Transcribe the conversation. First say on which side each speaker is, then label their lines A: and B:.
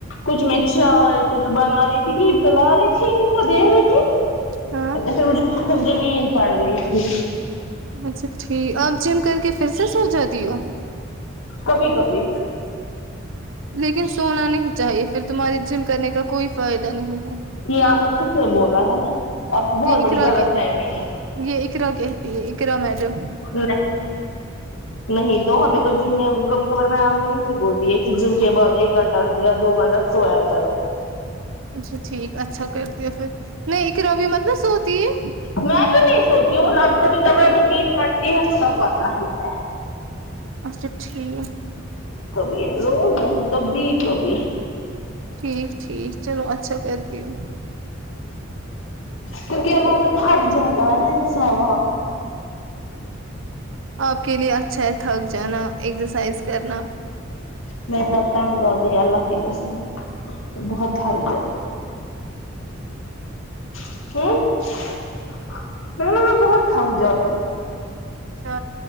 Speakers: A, on the left; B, on the right.
A: کچھ میں چائے کچھ بنا رہی تھی گ کلا رہی تھی ان کو دے رہی تھی
B: ہاں
A: ج مجھے نیند پڑ گئی تھی
B: اچھا ٹھیک آپ جم کر کے پھر سے سو جاتی ہو
A: کبھی کبھی
B: لیکن سونا نہیں چاہیے پھر تمہارے جم کرنے کا کوئی فائدہ نہیں ہے
A: یہ آپ کو کس نے بولا ہے آپ کی بہت
B: یہ
A: بڑی
B: اقرا
A: غلط
B: کے
A: فہمی ہے
B: یہ اقرا کہتی ہے اقرا میڈم
A: نہیں نہیں تو ہمیں تو جم میں کبھی کبار میم وہیں سے بولتی ہے کہ جم کے بعد ایک گھنٹہ یا دو گھنٹہ سویا کرو
B: اچھا ٹھیک اچھا کرتی ہے پھر نہیں اقرا بھی مطلب سوتی ہے
A: میں بھی نہیں سوتی ہوں اب کبھی کبار جب نیند پتی ہے تو سب پتا ہی ہے
B: اچھا ٹھیک
A: کبھی روز نہیں کبھی کبھی
B: ٹھیک ٹھیک چلو اچھا کرتی ہوں
A: کیونکہ ار وہاں سے تھک جاتا ہے نا انسان وہاں
B: آپ کے لیے اچھا ہے تھک جانا ایکسرسائز کرنا
A: میں تو تنگ ہوگئی اللہ کی قسم بہت تھک جاتی <unintelligible> م ہم میں بہت تھک جؤ
B: اچھا